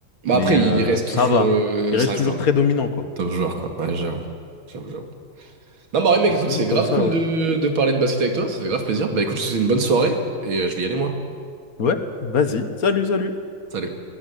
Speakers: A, on the right; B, on the left.
A: Bah,
B: mais
A: après,
B: euh,
A: il reste
B: ça
A: toujours...
B: va.
A: euh,
B: Il
A: Ça
B: reste
A: reste
B: toujours
A: un
B: très dominant, quoi.
A: top joueur, quoi. Ouais, j'avoue. J'avoue, j'avoue. Non, bah, ouais, mec,
B: Mais
A: écoute,
B: sinon,
A: c'est grave
B: comme ça,
A: cool
B: ouais.
A: de, de parler de basket avec toi. Ça fait grave plaisir. Bah, écoute, je te souhaite une bonne soirée et euh, je vais y aller, moi.
B: Ouais, vas-y. Salut, salut.
A: Salut.